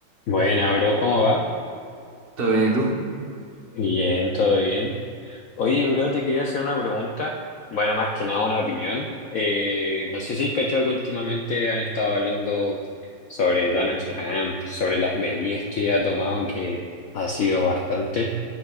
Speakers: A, on the left (about 75°); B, on the right (about 35°).
A: Buena, bro, ¿cómo va?
B: Todo bien, ¿y tú?
A: Bien, todo bien. Oye, bro, te quería hacer una pregunta. Bueno, más que nada una opinión. Eh, no sé si has cachado que últimamente han estado hablando sobre Donald Trump, sobre las medidas que ha tomado, que ha sido bastante.